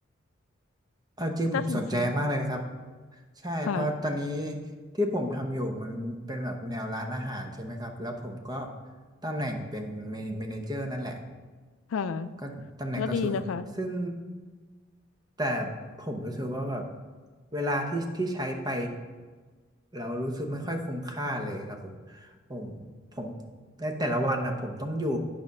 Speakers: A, on the right (about 20°); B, on the left (about 80°).
A: เอาจริงผมสนใจมากเลยนะครับ
B: น่าสนใจ
A: ใช่เพราะตอนนี้
B: ค่ะ
A: ที่ผมทำอยู่มันเป็นแบบแนวร้านอาหารใช่ไหมครับแล้วผมก็ตำแหน่งเป็นเมเนเจอร์นั่นแหละ
B: ค่ะ
A: ก็ตำแหน่งก็สูงอยู่ซึ่ง
B: ก็ดีนะคะ
A: แต่ผมรู้สึกว่าแบบเวลาที่ที่ใช้ไปเรารู้สึกไม่ค่อยคุ้มค่าเลยครับผมผมผมในแต่ละวันนะผมต้องอยู่